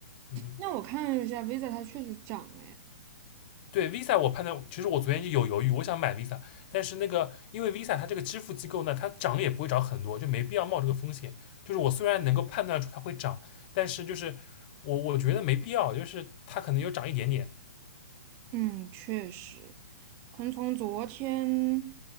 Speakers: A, on the left; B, on the right.
A: 嗯，
B: 那我看了一下 v i 它确实涨了诶，
A: 对，Visa 我判断，其实我昨天就有犹豫，我想买 Visa，但是那个因为 Visa 它这个支付机构呢，它涨也不会涨很多，就没必要冒这个风险。就是我虽然能够判断出它会涨，但是就是我我觉得没必要，就是它可能有涨一点点。
B: 嗯，确实，可能从昨天。